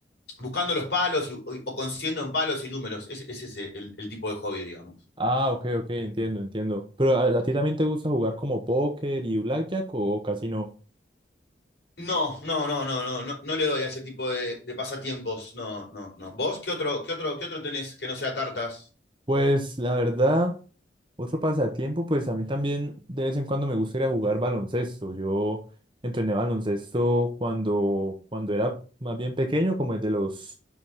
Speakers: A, on the left (about 75°); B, on the right (about 30°).
A: buscando los palos y- o, o consiguiendo en palos y números. Ese, ese es el, el tipo de hobby, digamos.
B: Ah, ok, ok, entiendo, entiendo. Pero ¿a, a ti también te gusta jugar como póker y blackjack o casi no?
A: No, no, no, no, no, no, no le doy a ese tipo de, de pasatiempos. No, no, no. ¿Vos qué otro, qué otro, qué otro tenés que no sea cartas?
B: Pues la verdad, otro pasatiempo, pues a mí también de vez en cuando me gusta ir a jugar baloncesto. Yo entrené baloncesto cuando, cuando era más bien pequeño, como desde los,